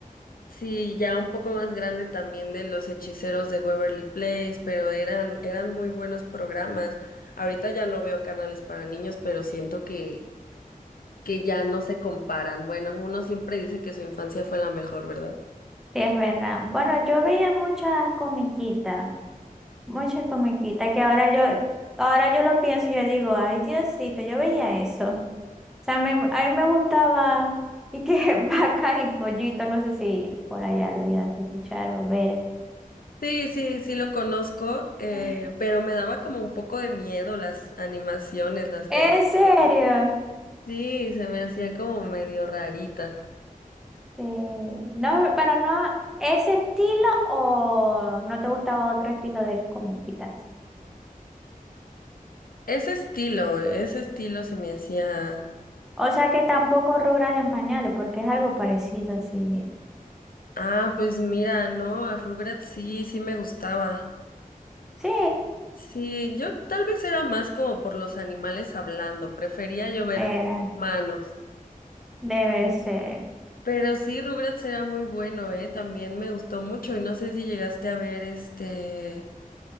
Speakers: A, on the left (about 75°); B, in the centre.
A: sí, ya un poco más grande también de Los Hechiceros de Waverly Place, pero eran, eran muy buenos programas. Ahorita ya no veo canales para niños, pero siento que, que ya no se comparan. Bueno, uno siempre dice que su infancia fue la mejor, ¿verdad?
B: Sí, es verdad. Bueno, yo veía muchas comiquitas, muchas comiquitas que ahora yo, ahora yo lo pienso y yo digo, ay, Diosito, yo veía eso. O sea, me- a mí me gustaba y que <laughs> vacas y pollitos, no sé si por allá lo llegaste a escuchar o ver.
A: Sí, sí, sí lo conozco,
B: <laughs>
A: eh, pero me daba como un poco de miedo las animaciones, las caricaturas.
B: ¿En serio?
A: Sí, se me hacían como medio raritas.
B: Sí, no, pero no ese estilo o no te gustaba otro estilo de comiquitas.
A: Ese estilo, ese estilo se me hacía.
B: O sea que tampoco Rubras en pañales, porque es algo parecido, sí.
A: Ah, pues mira, no, a Rugrats sí, sí me gustaba.
B: Sí,
A: Sí, yo tal vez era más como por los animales hablando, prefería yo ver
B: era,
A: humanos.
B: debe ser.
A: Pero sí, Rugrats era muy bueno, eh, también me gustó mucho y no sé si llegaste a ver este,